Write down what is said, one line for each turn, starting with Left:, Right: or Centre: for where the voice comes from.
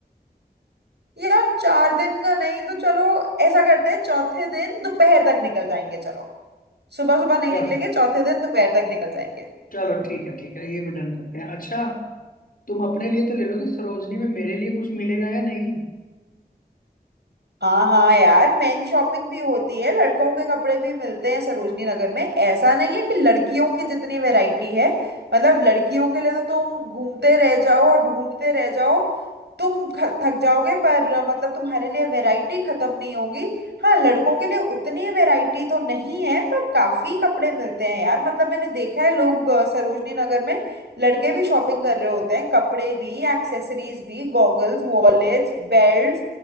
Right: यार चार दिन का नहीं तो चलो ऐसा करते हैं चौथे दिन दोपहर तक निकल जाएंगे चलो सुबह सुबह नहीं
Left: चलो
Right: निकलेंगे चौथे दिन दोपहर तक निकल जाएंगे
Left: चलो ठीक है ठीक है ये भी डन करते हैं अच्छा तुम अपने लिए तो ले लोगे सरोजनी में मेरे लिए कुछ मिलेगा या नहीं
Right: हाँ हाँ यार मेन शॉपिंग भी होती है लड़कों के कपड़े भी मिलते हैं सरोजनी नगर में ऐसा नहीं है कि लड़कियों की जितनी वैरायटी है मतलब लड़कियों के लिए तो तुम घूमते रह जाओ और ढूंढते रह जाओ तुम ख- थक जाओगे पर मतलब तुम्हारे लिए वैरायटी खत्म नहीं होगी हाँ लड़कों के लिए उतनी वैरायटी तो नहीं है पर काफी कपड़े मिलते हैं यार मतलब मैंने देखा है लोग अ, सरोजनी नगर में लड़के भी शॉपिंग कर रहे होते हैं कपड़े भी एक्सेसरीज भी गॉगल्स वॉलेट्स बेल्ट